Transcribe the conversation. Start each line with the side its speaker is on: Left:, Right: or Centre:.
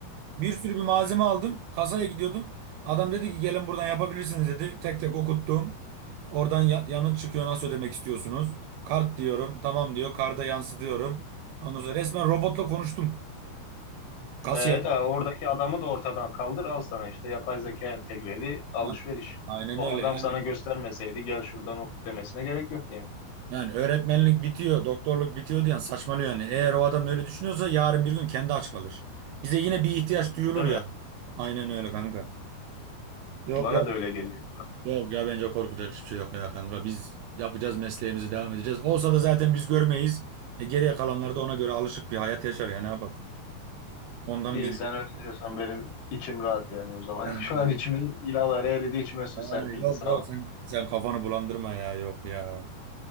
Right: Bir sürü bir malzeme aldım. Kasaya gidiyordum. Adam dedi ki gelin buradan yapabilirsiniz dedi. Tek tek okuttum. Oradan ya- yanıt çıkıyor nasıl ödemek istiyorsunuz? Kart diyorum. Tamam diyor. Karda yansıtıyorum. Ondan sonra resmen robotla konuştum. Kasiyer.
Left: Evet, abi, oradaki adamı da ortadan kaldır al sana işte yapay zeka entegreli alışveriş.
Right: Ha, Aynen
Left: O
Right: öyle
Left: adam
Right: yani.
Left: sana göstermeseydi gel şuradan oku demesine gerek yok yani.
Right: Yani öğretmenlik bitiyor, doktorluk bitiyor diyen saçmalıyor yani. Eğer o adam öyle düşünüyorsa yarın bir gün kendi aç kalır. Bize yine bir ihtiyaç duyulur
Left: Değil mi?
Right: ya. Aynen öyle kanka. Yok
Left: Bana da öyle geliyor.
Right: Yok ya bence korkacak hiçbir şey yok ya kanka. Biz yapacağız mesleğimizi devam edeceğiz. Olsa da zaten biz görmeyiz. E, geriye kalanlar da ona göre alışık bir hayat yaşar ya ne yapalım. Ondan
Left: İyi
Right: biz
Left: sen öyle diyorsan benim içim rahat yani o zaman.
Right: He,
Left: <laughs> Şu an içimin yağları eridi içime su
Right: he,
Left: serpildi
Right: yok
Left: sağ
Right: yok
Left: ol.
Right: sen sen kafanı bulandırma ya yok ya.